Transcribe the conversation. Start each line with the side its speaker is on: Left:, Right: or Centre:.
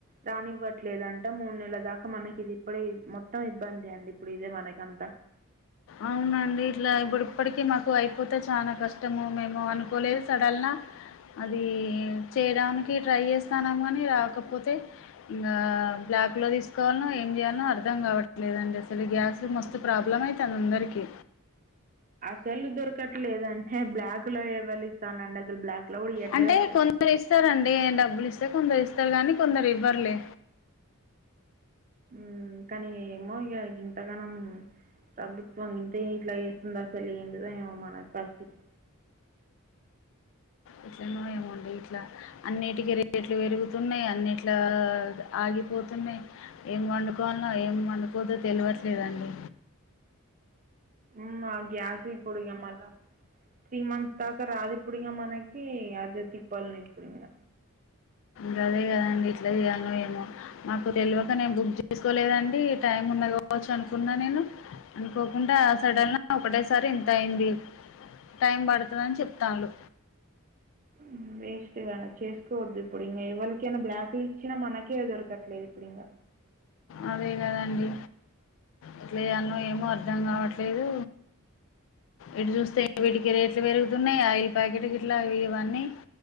Right: రానివ్వట్లేదంట. మూడు నెలల దాక మనకిది ఇప్పుడె. మొత్తం ఇబ్బందె అండి ఇప్పుడు ఇదే మనకంతా.
Left: అవునండి. ఇట్లా ఇప్పుడిప్పటికీ మాకు అయిపోతే చాన కస్ టము మేము అనుకోలేదు సడల్ల. అదీ చే యడానికి ట్రై చేస్తానం కానీ, రాకపోతే ఇంగ బ్లాక్లో తీసుకోవాలనో ఏం చేయాల్ ఏమో అర్థం కావట్లేదండి అసలు గ్యాస్ తో మస్తు ప్రాబ్లం అయితంది అందరికీ.
Right: సెల్లు దొరకట్లేదంటే బ్లాక్ లో ఎవలిస్తానండి అసలు బ్లాక్‌లో కూడా ఇయ్యట్లేదు
Left: అంటే
Right: అసలు.
Left: కొందరు ఇస్తరండి. డబ్బులు ఇస్ తె కొందరు ఇస్తారు గానీ, కొందరు ఇవ్వర్లే.
Right: మ్ కానీ ఏమో ఇక గింతగానం ప్రభుత్వం ఇంతైనిట్ల చేస్తుందస్సలు ఏంటిదో ఏమో మన పరిస్థితి.
Left: ఎట్లనో ఏమో అండి. ఇట్ల అన్నిటికి రేట్లు పెరుగు తున్నాయి. అన్నిట్ల ఆగిపోతున్నాయి ఏం వండుకోవాలనో ఏం వండు పోతే తెలువట్లేదండి.
Right: మ్ ఆ గ్యాసు ఇప్పుడు ఇగ మల్ల త్రీ మంత్స్ దాకా రాదు. ఇప్పుడు ఇంగ మనకి అదే తిప్పాల్ ని ఇప్పుడు కూడ.
Left: గదే కదండి ఎట్లా చేయాల్నో ఏమో. మాకు తెల్వక నేను బుక్ చే తీసుకోలేదండి. టైం ఉన్నది కావచ్చు అనుకున్నా నేను. అనుకోకుండా సడన్గ ఒకటేసారి ఇంతయింది. టైం పడతదని చెప్తాన్లు.
Right: మ్ ఎ ఇగ చేసుకోవద్దు ఇప్పుడు ఇంగ. ఎవలకయిన బ్లాక్లు ఇచ్చినా మనకే దొరకట్లేదు ఇప్పుడు ఇంగ
Left: అదే కదండి! ఎట్లా చేయాలనో ఏమో అర్థం కావట్లేదు. ఇటు చూస్తే వీటికి రేట్లు పెరుగుతున్నాయి. ఆయిల్ ప్యాకెట్కి గిట్ల ఇవన్నీ.